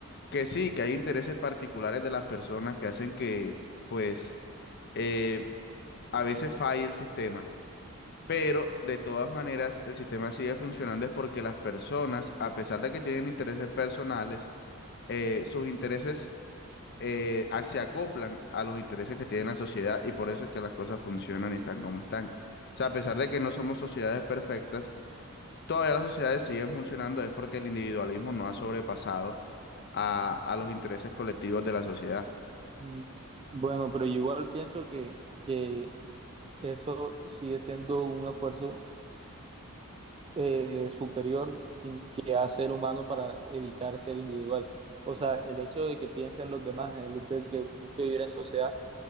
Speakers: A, on the left; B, on the right.
A: Que sí, que hay intereses particulares de las personas que hacen que, pues, eh, a veces falle el sistema. Pero de todas maneras, el sistema sigue funcionando es porque las personas, a pesar de que tienen intereses personales, eh, sus intereses eh, a- se acoplan a los intereses que tiene la sociedad y por eso es que las cosas funcionan y están como están. O sea, a pesar de que no somos sociedades perfectas, todavía las sociedades siguen funcionando, es porque el individualismo no ha sobrepasado a, a los intereses colectivos de la sociedad.
B: Mm, Bueno, pero yo igual pienso que, que eso sigue siendo un esfuerzo eh, superior que, que hace el humano para evitar ser individual. O sea, el hecho de que piensen los demás, el hecho de que busque vivir en sociedad.